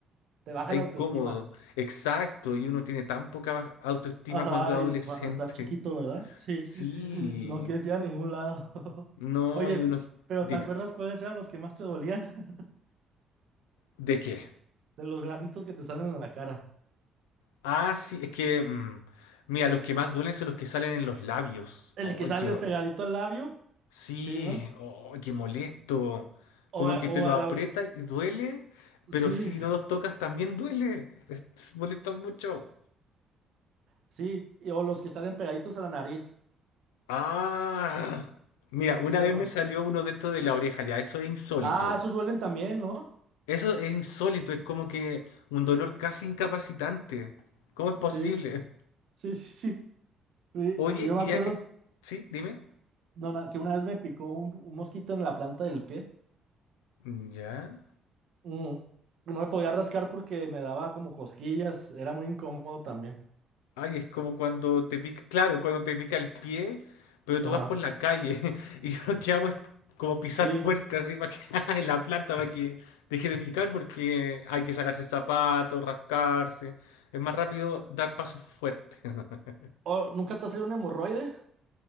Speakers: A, on the right (about 60°); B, on the left (about 80°).
A: Te baja
B: Es
A: la
B: incómodo,
A: autoestima.
B: exacto, y uno tiene tan poca baj- autoestima
A: Ajá,
B: cuando es adolescente.
A: y cuando estás chiquito, ¿verdad?
B: <laughs>
A: Sí,
B: Sí,
A: <laughs> no quieres ir a ningún lado. <laughs>
B: no,
A: Oye,
B: y uno...
A: pero
B: Dime,
A: ¿te acuerdas cuáles eran los que más te dolían? <laughs>
B: ¿de qué?
A: De los granitos que te salen en la cara.
B: Ah, sí, es que... mm, mira, los que más duelen son los que salen en los labios.
A: El
B: ¡Ay,
A: que sale
B: qué horror!
A: pegadito al labio,
B: Sí,
A: sí, ¿no?
B: ¡ay, qué molesto!
A: O,
B: Como
A: a
B: que te
A: o
B: lo
A: a
B: aprietas
A: la ore-
B: y duele,
A: Sí,
B: pero si no los tocas también duele. <laughs> Molesta mucho.
A: sí, y- o los que salen pegaditos a la nariz,
B: Ah, mira, una
A: ¿sí
B: vez
A: o no?
B: me salió uno dentro de la oreja, ya, eso es insólito.
A: Ah, esos duelen también, ¿no?
B: Eso es insólito, es como que un dolor casi incapacitante. ¿Cómo es posible?
A: Sí, sí, sí, sí. Sí,
B: Oye,
A: o- Yo
B: y
A: me acuerdo
B: ya que... Sí, dime.
A: no, na- que una vez me picó un, un mosquito en la planta del pie.
B: Mm, Ya.
A: Mm, no me podía rascar porque me daba como cosquillas, era muy incómodo también.
B: Ay, es como cuando te pica, claro, cuando te pica el pie, pero tú
A: Ajá,
B: vas por la calle <laughs> y yo lo que hago es como pisar
A: sí.
B: fuerte así para que <laughs> en la planta para que deje de picar porque hay que sacarse zapatos, rascarse. Es más rápido dar pasos fuertes. <laughs>
A: Oh, ¿nunca te ha salido un hemorroide?